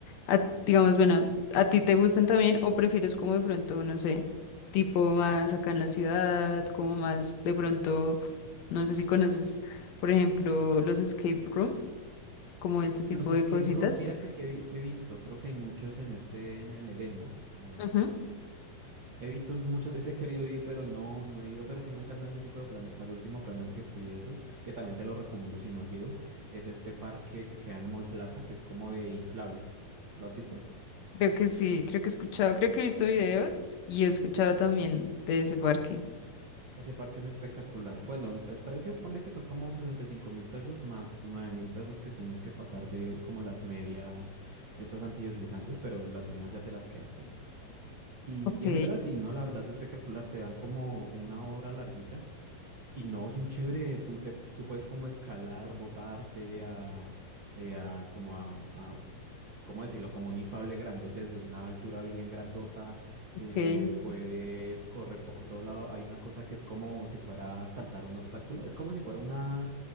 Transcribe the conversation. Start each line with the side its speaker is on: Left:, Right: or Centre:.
Left: a- digamos, bueno, ¿a ti te gustan también o prefieres como de pronto, no sé, tipo más acá en la ciudad, como más de pronto, no sé si conoces, por ejemplo, los escape room, como ese tipo
Right: Los escape
Left: de cositas?
Right: room, mira que sí he, vi- sí he visto, creo que hay muchos en este, en el Edén, ¿no? En el,
Left: Ujú,
Right: he visto muchas veces he querido ir, pero no, no he ido, pero sí me encantan ese tipo de planes. Al último plan al que fui esos, que también te lo recomiendo si no has ido, es este parque que queda en Mall Plaza, que es como de inflables. ¿Lo has visto?
Left: Creo que sí, creo que he escuchado, creo que he visto videos y he escuchado también de ese parque.
Right: Ese parque es espectacular. Bueno, el el precio, ponle que son como 65 mil pesos más 9 mil pesos que tienes que pagar de como las medias, estas antideslizantes, pero las medias ya te las quedas tú. Y
Left: Ok,
Right: entras y no, la verdad es espectacular. Te dan como una hora larguita y no, es muy chévere. Tú, te, tú puedes como escalar, botarte a, eh, a como a, a- ¿cómo decirlo? Como un infable grandote desde una altura bien grandota,
Left: ok,
Right: eh, puedes correr por todo lado. Hay una cosa que es como si fuera saltar un obstáculo, es como si fuera una,